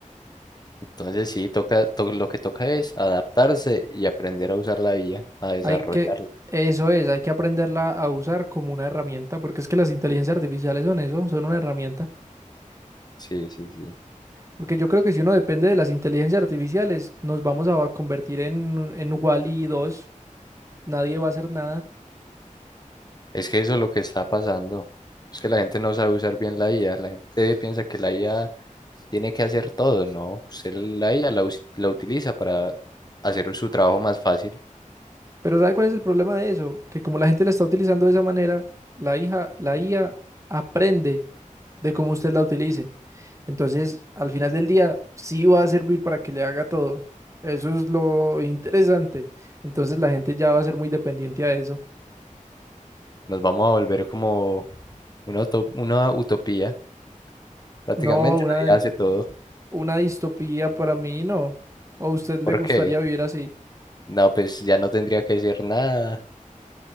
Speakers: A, on the left; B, on the right.
A: Entonces sí, toca, to- lo que toca es adaptarse y aprender a usar la IA, a a desarrollarla.
B: Hay que, eso es, hay que aprenderla a usar como una herramienta, porque es que las inteligencias artificiales son eso, son una herramienta.
A: Sí, sí, sí.
B: Porque yo creo que si uno depende de las inteligencias artificiales, nos vamos a convertir en, un- en Wall-E 2, nadie va a hacer nada.
A: Es que eso es lo que está pasando. Es que la gente no sabe usar bien la IA. La gente piensa que la IA tiene que hacer todo, ¿no? Usted la IA la, us- la utiliza para hacer su trabajo más fácil.
B: Pero ¿sabe cuál es el problema de eso? Que como la gente la está utilizando de esa manera, la hija, la IA aprende de cómo usted la utilice. Entonces, al final del día, sí va a servir para que le haga todo. Eso es lo interesante. Entonces, la gente ya va a ser muy dependiente a eso.
A: Nos vamos a volver como una, uto- una utopía. Prácticamente
B: No, una,
A: la IA hace todo.
B: una distopía para mí no. ¿O a usted le
A: ¿Por
B: gustaría
A: qué?
B: vivir así?
A: No, pues ya no tendría que decir nada.